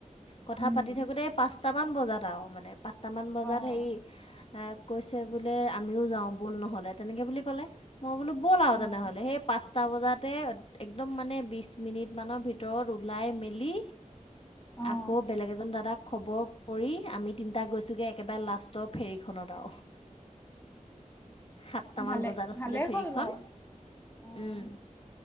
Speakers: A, on the left; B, on the left.
A: কথা
B: উম,
A: পাতি থাকোতে এই পাঁচটামান বজাত আৱ মানে পাচঁ মান বজাত
B: অ',
A: হেৰী এ কৈছে বোলে আমিও যাওঁ বল নহ'লে তেনেকে বুলি ক'লে। মই বোলো ব'ল আৱ
B: অ',
A: তেনেহ'লে সেই পাঁচটা বজাতে একদম মানে বিছ মিনিট মানৰ ভিতৰত ওলাই মেলি
B: অ', অ'।
A: আকৌ বেলেগ এজন দাদাক খবৰ কৰি আমি তিনটাক গৈছোগে একেবাৰে লাষ্ট ফেৰীখনত আৱ হোঁ। সাতটা
B: ভালে
A: মান বজাত আছিলে
B: ভালেই
A: ফেৰীখন।
B: হ'ল বাৰু অ'।
A: উম।